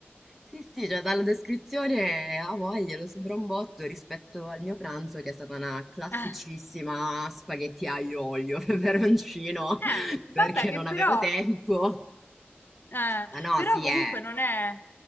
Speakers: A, in the centre; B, on the left.
A: Sì, sì, cioè dalla descrizione a voglia, lo sembra un botto rispetto al mio pranzo che è stata una classicissima
B: <laughs>
A: spaghetti aglio olio <laughs> peperoncino
B: Eh,
A: perché
B: vabbè che
A: non
B: però,
A: avevo tempo.
B: eh,
A: Ma no,
B: però
A: sì,
B: comunque
A: è...
B: non è...